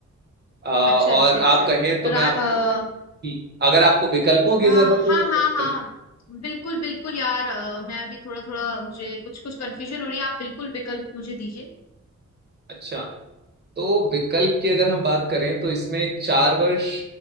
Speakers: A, on the right; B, on the left.
A: आ,
B: अच्छा
A: और
B: अच्छा
A: आप
B: अच्छा
A: कहें तो मैं
B: रा,
A: आपको
B: अ,
A: अगर आपको विकल्पों की
B: हाँ
A: जरूरत
B: हाँ
A: हो तो
B: हाँ
A: मैं विकल्प
B: हाँ बिल्कुल बिल्कुल यार अ, मैं अभी थोड़ा थोड़ा मुझे कुछ कुछ कंफ्यूजन हो रही है आप बिल्कुल विकल्प मुझे दीजिए
A: अच्छा तो विकल्प की अगर हम बात करें तो इसमें चार वर्ष